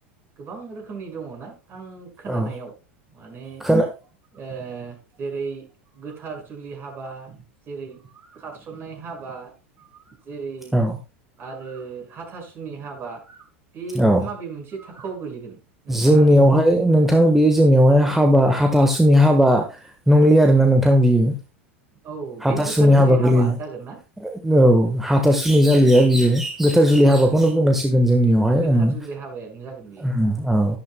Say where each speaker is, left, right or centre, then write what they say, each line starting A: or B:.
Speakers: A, on the right; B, in the centre.
A: गोबां रोखोमनि दङ ना आं खोनानायाव
B: औ
A: माने
B: खोना
A: ओ जेरै गोथार जुलि हाबा जेरै खारसननाय हाबा जेरै
B: औ
A: आ रो हाथासुनि हाबा बे
B: औ
A: माबे मोनसे थाखोआव गोलैगोन नोंथाङा
B: जोंनियावहाय नोंथां बे जोंनियावहाय हाबा हा थासुनि हाबा नंलिया आरोना नोंथां बियो
A: औ बे
B: हाथासुनि
A: गोथार जुलि
B: गोलैला
A: हाबा जागोन ना
B: औ हाथासुनि जालिया बियो गोथार जुलि
A: औ
B: हाबाखौनो
A: औ
B: बुंनांसिगोन जोंनियावहाय
A: गोथार
B: ओं
A: जुलि हाबायानो जागोन बेयो
B: उम औ